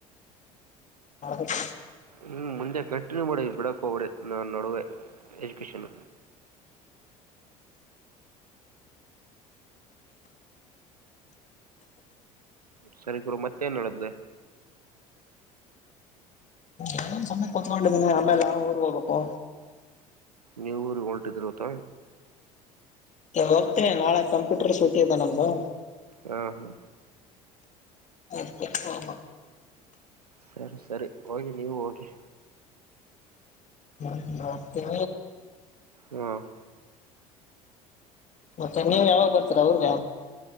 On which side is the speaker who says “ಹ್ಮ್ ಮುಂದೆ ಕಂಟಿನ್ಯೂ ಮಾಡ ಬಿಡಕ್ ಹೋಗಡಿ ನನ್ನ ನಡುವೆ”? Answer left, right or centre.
Right